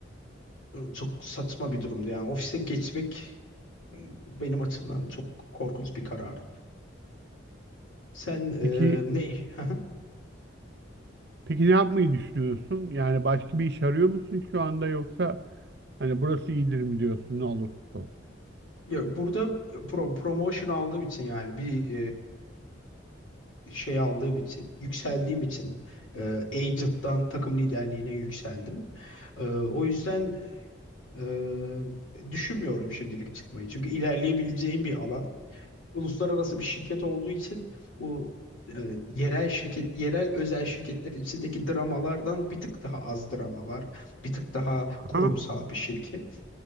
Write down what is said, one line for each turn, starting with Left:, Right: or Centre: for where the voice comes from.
Left: çok saçma bir durumdu yani ofise geçmek benim açımdan çok korkunç bir karardı. Sen e,
Right: Peki
Left: ne? <laughs>
Right: peki ne yapmayı düşünüyorsun? Yani başka bir iş arıyor musun şu anda yoksa hani burası iyidir mi diyorsun ne olursa olsun?
Left: Ya burada pro, promotion aldığım için yani bir e, şey aldığım için yükseldiğim için e, agent'tan takım liderliğine yükseldim. E, o yüzden e, düşünmüyorum şimdilik çıkmayı. Çünkü ilerleyebileceğim bir alan. uluslararası bir şirket olduğu için bu e, yerel şirket, yerel özel şirketler içindeki dramalardan bir tık daha az drama var. Bir tık daha
Right: Aha,
Left: kurumsal bir şirket.